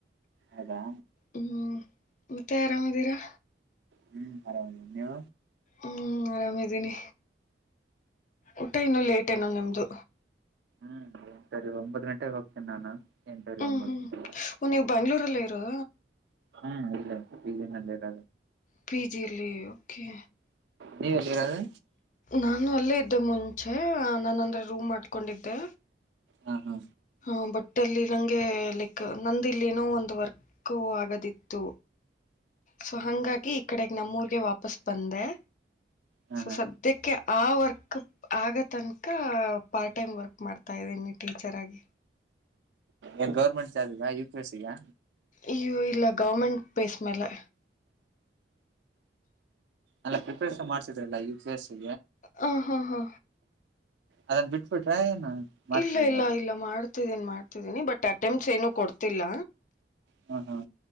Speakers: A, on the right (about 75°); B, on the left (about 45°).
A: ಹೌದಾ
B: ಹ್ಮ್ ಮತ್ತೆ ಆರಾಮದೀರಾ
A: ಹ್ಮ್ ಆರಾಮ ನೀವ
B: ಹ್ಮ ಆರಾಮಿದ್ದೀನಿ ಊಟ ಇನ್ನು ಲೇಟ್ ಏನುೋ ನಿಮ್ದು
A: ಹ್ಮ್ ಏನ್ ಸರಿ ಒಂಬತ್ ಗಂಟೆಗೆ ಹೋಗ್ತೇನಿ ನಾನು ಎಂಟರಿ ಒಂಬತ್ತು
B: ಹ್ಮ್ ಹ್ಮ್
A: ಗಂಟೆ
B: ಒ್ ನೀವು ಬೆ್ಯಾಂಗ್ಳೂರಲ್ಲಿ ಹ
A: ಹ್ಮ ಇಲ್ಲ ಇಲ್ಲಿ ನಂದ ಇರ
B: ಪಿಜಿಲಿ ಓಕೆ
A: ನೀವು ಎಲ್ಲಿಗರೆ
B: ನಾನು ಅಲ್ಲೇ ಇದ್ದೆ ಮುಂಚೆ ನಾನ ಅಂದ್ರೆ ರೂಮ್ ಆಡ್ಕೊಂಡಿದ್ದೆ
A: ಹಾ ಹಾ
B: ಹಾ ಬಟ್ಟಲ್ಲಿ ನಂಗೆ ಲೈಕ್ ನಂದ ಇಲ್ಲಿ ಏನೋ ಒಂದು ವರ್ಕ್ ಆಗದಿತ್ತು ಸೊ ಹಂಗಾಗಿ ಈ ಕಡೆ ನಮ್ಮೂಗೆ ವಾಪಸ್ ಬಂದೆ
A: ಹಾ
B: ಸ
A: ಹಾ
B: ಸದ ಅದಕ್ಕೆ ಆ ವರ್ಕ್ ಆಗ ತನಕ ಪಾರ್ಟ್ ಟೈಮ್ ವರ್ಕ್ ಮಾಡ್ತಾ ಇದ್ದೀನಿ ಟೀಚರ್ ಆಗಿ
A: ಏನ್ ಗೌರ್ಮೆಂಟ್ ಜಾರ್ಬ್್ ಈಗ ಯು ಕೆಿ ಎಸ್ಗಾ
B: ಅಯ್ಯೋ ಇಲ್ಲ ಗೌರ್ಮೆಂಟ್ ಪ್ಲೇಸ್ ಮೇಲೆ
A: ಎಲ್ಲ ಪ್ರಿಪರೇಷನ್ ಮಾಡ್ ಲ್ಲ ಕೆ ಸಿ
B: ಹ ಹಾ ಹಾ
A: ಅದನ್ ಬಿಟ್ಬ ಬಿಟ್ರ ಏನು ಮಾಡ್ತಿದೀರಾ
B: ಇಲ್ಲ ಇಲ್ಲ ಇಲ್ಲ ಮಾಡ್ತಿದ್ದೇನ್ ಮಾಡ್ತ ಬಟ್ ಅಟೆಂಪ್ಟ್ಸ್ ಏನುೂ ಕೊಡ್ತಿಲ್ಲ
A: ಹ್ಮ ಹ್ಮ